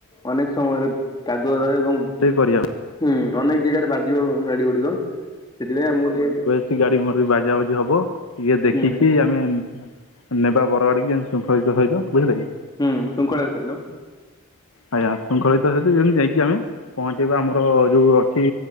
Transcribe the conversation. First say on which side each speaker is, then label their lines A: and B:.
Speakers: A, on the left (about 20°); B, on the left (about 70°).
A: ଅନେକ ସମୟରେ କାଦୁଅ ରହେ ଏବଂ
B: ସେଇ ପରିଅ।
A: ହୁଁ ଅନେକ ଜେଗାରେ ବାଜିବ ଗାଡି ଗୁଡିକ ସେଥିପାଇଁ ଆମକୁ ଟିକିଏ
B: ସେଗାଡି ମୋରବି ବାଜା ବାଜୁ ଇଏହବ ଟିକିଏ ଦେଖିକି
A: ହୁଁ
B: ଆମେ ନେବା ବର ଗାଡିକି ଶୃଙ୍ଖଳିତ ସହିତ। ବୁଝିଲ କି?
A: ହୁଁ ଶୃଙ୍ଖଳିତ ସହିତ।
B: ଆଜ୍ଞା ଶୃଙ୍ଖଳିତ ସହିତ ଯେମିତି ଯାଇକି ଆମେ ପହଞ୍ଚିବା ଆମର ଯୋଉ ଅଛି